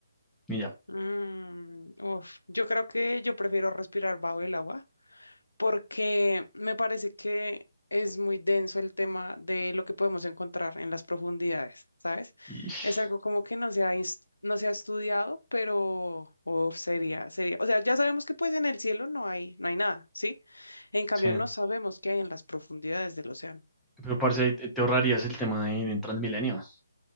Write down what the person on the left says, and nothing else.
Mm, uf, Yo creo que yo prefiero respirar bajo el agua porque me parece que es muy denso el tema de lo que podemos encontrar en las profundidades, ¿sabes?
Es algo como que no se ha, ins- no se ha estudiado, pero uf, sería, sería. O sea, ya sabemos que pues en el cielo no hay, no hay nada, ¿sí? En cambio,
no sabemos qué hay en las profundidades del océano.